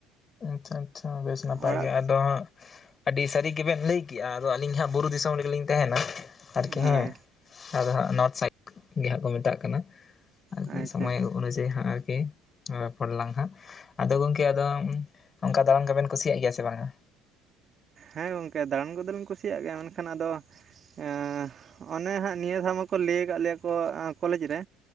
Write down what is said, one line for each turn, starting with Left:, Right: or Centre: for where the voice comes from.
Left: ᱟᱪᱪᱷᱟ ᱟᱪᱪᱷᱟ ᱵᱮᱥ ᱱᱟᱯᱟᱭ
Right: ᱚᱲᱟᱜ
Left: ᱜᱮᱭᱟ ᱟᱫᱚ ᱦᱟᱸᱜ ᱟᱹᱰᱤ ᱥᱟᱹᱨᱤ ᱜᱮᱵᱮᱱ ᱞᱟᱹᱭ ᱠᱮᱜᱼᱟ ᱾ ᱟᱫᱚ ᱟᱹᱞᱤᱧ ᱦᱟᱸᱜ ᱵᱩᱨᱩ ᱫᱤᱥᱚᱢ ᱨᱮᱜᱮᱞᱤᱧ ᱛᱟᱦᱮᱸᱱᱟ ᱟᱨᱠᱤ
Right: ᱦᱳᱭ
Left: ᱦᱮᱸ, ᱟᱫᱚ ᱦᱟᱸᱜ ᱱᱚᱨᱛᱷ ᱥᱟᱭᱤᱰ ᱜᱮ ᱦᱟᱸᱜ ᱠᱚ ᱢᱮᱛᱟᱜ ᱠᱟᱱᱟ ᱾ ᱟᱨᱠᱤ
Right: ᱟᱪᱪᱷᱟ
Left: ᱥᱚᱢᱚᱭ ᱚᱱᱩᱡᱟᱭᱤ ᱦᱟᱸᱜ ᱟᱨᱠᱤ ᱨᱚᱯᱚᱲᱟᱞᱟᱝ ᱦᱟᱸᱜ ᱾ ᱟᱫᱚ ᱜᱚᱢᱠᱮ ᱟᱫᱚ ᱚᱝᱠᱟ ᱫᱟᱬᱟᱱ ᱠᱚᱵᱮᱱ ᱠᱩᱥᱤᱭᱟᱜ ᱜᱮᱭᱟ ᱥᱮ ᱵᱟᱝᱼᱟ?
Right: ᱦᱮᱸ ᱜᱚᱝᱠᱮ ᱫᱟᱬᱟᱱ ᱠᱚᱫᱚᱞᱤᱧ ᱠᱩᱥᱤᱭᱟᱜ ᱜᱮᱭᱟ ᱾ ᱢᱮᱱᱠᱷᱟᱱ ᱟᱫᱚ ᱮᱸᱻ ᱚᱱᱮ ᱦᱟᱸᱜ ᱱᱤᱭᱟᱹ ᱫᱷᱟᱣ ᱢᱟᱠᱚ ᱞᱟᱹᱭ ᱠᱟᱜ ᱞᱮᱭᱟ ᱠᱚ ᱠᱚᱞᱮᱡᱽ ᱨᱮ